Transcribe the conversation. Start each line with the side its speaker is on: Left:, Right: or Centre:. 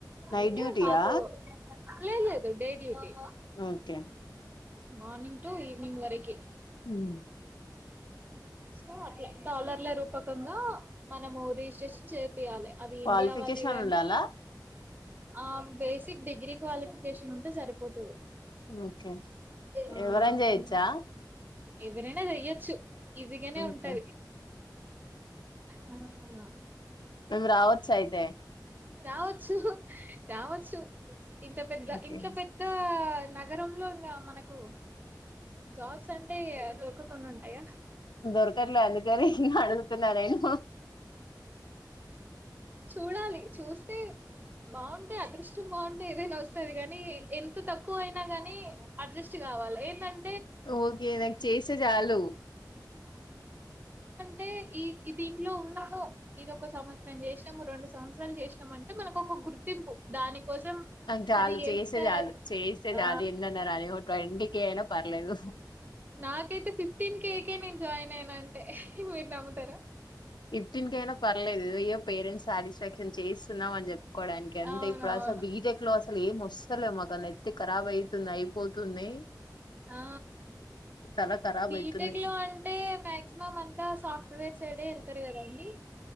Left: నైట్
Right: అయితే
Left: డ్యూటీయా
Right: మాకు లేలేదు day duty
Left: okay
Right: morning to evening వరకి
Left: ఉమ్
Right: సో అట్లా డాలర్ల రూపకంగా మనము రిజిస్ట్రేషన్ చే పియాలి అది
Left: క్వాలిఫికేషన్
Right: ఇండియా వాళ్ళే కానీ
Left: ఉండాలా
Right: ఆ బేసిక్ డిగ్రీ క్వాలిఫికేషన్ ఉంటే సరిపోతుది
Left: ఓకే
Right: ఆ
Left: ఎవరైనా చేయొచ్చా
Right: కమ్ ఎవరైనా చెయ్యొచ్చు ఇజిగానే
Left: ఓకే
Right: ఉంటది అ
Left: మేమ్ రావచ్చు అయితే
Right: రావచ్చు రావచ్చు ఇంత పెద్ద
Left: ఓకే
Right: ఇంత పెద్ద నగరంలో ఇంగ మనకు జాబ్స్ అంటే దొరకకున్న ఉంటాయా
Left: దొరకట్లేదు అందుకని ఇంగ అడుగుతున్నా నేను
Right: చూడా చూస్తే బాగుంటే అదృష్టం బాగుంటే ఏదైనా వస్తది కానీ ఎంత తక్కువ అయినా కానీ అడ్జస్ట్ కావాలి ఏదంట్
Left: ఓకే నాకు చేస్తే చాలు
Right: టే ఈ దీంట్లో ఉన్నాము ఇదొక సంవత్సరం చేసినాము రెండు సంవత్సరాలు చేసినాము అంటే మనకు ఒక గుర్తింపు దాని కోసం
Left: నాకు చాలు
Right: అది
Left: చేస్తే
Right: ఎంత
Left: చాలు చేస్తే
Right: ఆ
Left: చాలు ఎన్నన్న రాని ఓ ట్వంటీ కే అయినా పర్లేదు
Right: నాకైతే ఫిఫ్టీన్ కేకే నేన్ జాయినయిన అంటే మీరు నమ్ముతారా
Left: ఫీఫ్టిన్కైనా పర్లేదు ఏదో పేరెంట్స్ సాటిస్ఫాక్షన్ చేయిస్తున్నాం అని చెప్ప కోవడానికి అంటే
Right: అవునవును
Left: ఇప్పుడు అసలు బీటెక్ లో అసలు ఏం వస్తలే మాక తే ఖరాబ్ అయితుంది అయిపోతుంది
Right: ఆ
Left: తల ఖరాబ్
Right: బిటెక్
Left: అయితుంది
Right: లో అంటే మ్యాక్సిమం అంతా సాఫ ప్రవేట్ సైడేళ్తారు కదండి